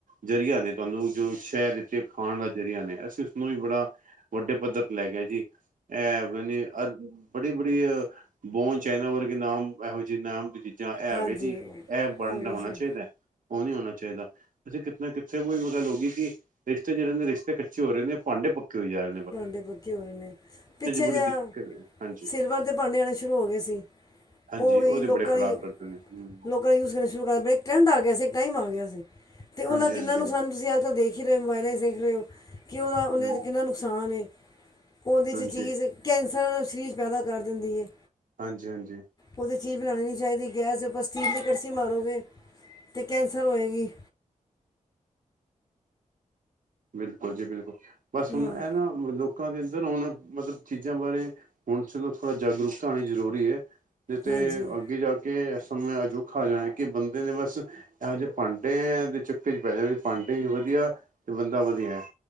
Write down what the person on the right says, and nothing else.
ਜ਼ਰੀਆ ਨੇ ਤੁਹਾਨੂੰ ਜੋ ਸ਼ੈਅ ਦਿੱਤੀ ਆ ਖਾਣ ਦਾ ਜ਼ਰੀਆ ਨੇ ਅਸੀਂ ਉਸਨੂੰ ਵੀ ਬੜਾ, ਵੱਡੇ ਪੱਧਰ ਤੇ ਲੈ ਗਿਆ ਜੀ। ਐ ਪਤਾ ਨੀ ਬੜੀ-ਬੜੀ ਬੋਨ ਚਾਈਨਾ ਵਰਗੇ ਨਾਮ ਇਹੋ ਜੇ ਨਾਮ ਜਾਂ ਏ ਹੈਗੇ
ਜੀ, ਏ ਬਣਦਾ
ਹੋਣਾ
ਚਾਹੀਦਾ, ਓ ਨੀ ਹੋਣਾ ਚਾਈਦਾ, ਅਸੀਂ ਕਿੱਥੇ ਨਾ ਕਿੱਥੇ ਓਹੀ ਗੱਲ ਹੋਗੀ ਕੀ ਰਿਸ਼ਤੇ ਜਿਹੜ ਨੇ ਰਿਸ਼ਤੇ ਕੱਚੇ ਹੋ ਰੇ ਨੇ ਭਾਂਡੇ ਪੱਕੇ ਹੋਈ ਜਾ ਰੇ,
ਬੜੀ
ਦਿੱਕਤ ਹੈ ਹਾਂਜੀ
ਹਾਂਜੀ,
ਓ
ਤੇ ਬੜੇ ਖ਼ਰਾਬ
ਕਰਦੇ ਨੇ ਜੀ।
ਹਾਂਜੀ
ਹਾਂਜੀ
ਹਮ
ਹਾਂਜੀ
ਹਾਂਜੀ, ਹਾਂਜੀ।
ਬਿਲਕੁਲ ਜੀ ਬਿਲਕੁਲ, ਬਸ ਹੁਨ
ਐ ਨਾ ਲੋਕਾਂ ਦੇ ਅੰਦਰ ਹੁਨ ਮਤਲਬ ਚੀਜ਼ਾਂ ਬਾਰੇ। ਹੁਣ ਚਲੋਂ, ਥੋੜ੍ਹਾ ਜਾਗਰੂਕਤਾ ਹੋਣੀ ਜ਼ਰੂਰੀ ਐ। ਨਈ
ਤੇ ਅੱਗੇ ਜਾ ਕੇ। ਸਮਾਂ ਅਜੋਖਾ ਆ ਜਾਣਾ। ਕਿ, ਬੰਦੇ ਨੇ ਬਸ। ਇਹੋ, ਜੇ ਭਾਂਡੇ ਦੇ ਚੱਕਰ ਚ ਪੈ ਜਾਣਗੇ ਭਾਂਡੇ ਈ ਵਧੀਆ, ਬੰਦਾ ਵਧੀਆ।